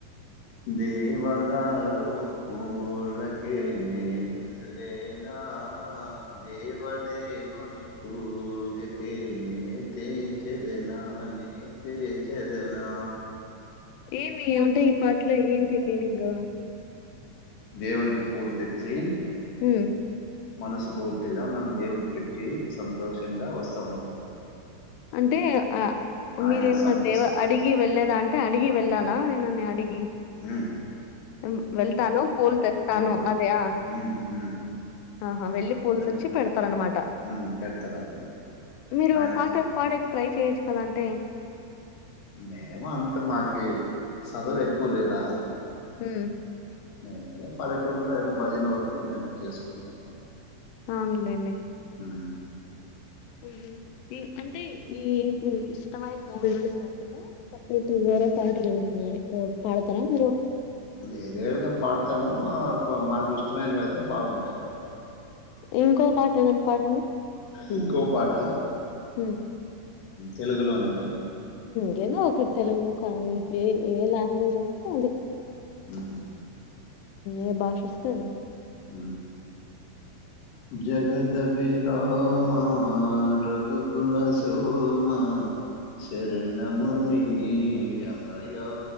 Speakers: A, on the left (about 55°); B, on the left (about 75°).
A: దవదారుూ పలక న మిళ్లే నా దేవాదేవని పూజక నద చేదనానితే చేదనా
B: ఏమి అంటే ఈ పాటలో ఏంటి మీనింగ్
A: దవనునికి పోల్ తెచ్చ చీ
B: హ్మ్
A: మనసు పూర్తిగా మనం దేవున్ని పెట్టి సంతోషంగా వస్తాం అన్నమాట
B: అంటే ఆ మీరేమనా
A: ఆయన సమ
B: దేవ
A: స
B: అడిగి వెళ్లేదా అంటే అడిగి వెళ్ళాల ఆయనని అడిగి
A: హుం
B: మ్మ్ వెళ్తాను పూలు తెస్తాను
A: ఉమ్
B: అదియా,
A: ఉమ్ ఉమ్
B: ఆహా వెళ్ళి పూలు
A: అని
B: తెచ్చి పెడతారు అన్నమాట,
A: ఉమ్ పెడతారు అతనికి
B: మీరు
A: ఆయన
B: ఓ పాట పాడేకి ట్రై చేయ్. కదంటే
A: మేమ అంత మాకి చదవు
B: హ్మ్
A: ఎక్కువ లేదా
B: హ్మ్
A: మేమేదో పల్లెటూరులో ఏదో భజన వరకు మేము చేసుకుంటాం
B: అవునులేండి
A: ఉమ్
B: మ్మ్ హ్మ్ ఇ అంటే ఈ ఇ ఇష్టమైన మూవీలోనె కాకుండా సపరేట్ గా వేరే పాటలు ఏమైనా గాని పాడతారా మీరు.
A: వేరేవి గాని పాడుతము కువ మాకు ఇష్టమైనవి అయితే బాగుంటాయి అన్నమాట
B: ఇంకో పాట ఏదన్నా పాడండి
A: ఇంకో పాట
B: హ
A: తెలుగులోన్నన్న
B: కేదో ఒకటి తెలుగు కానీ మీకు ఏ ఏ లాంగ్వేజ్ వస్తే అది
A: హ
B: ఏ భాష వస్తే అది
A: హ జగదభి రామ రఘుకుల సోమ శరణ మునియమయ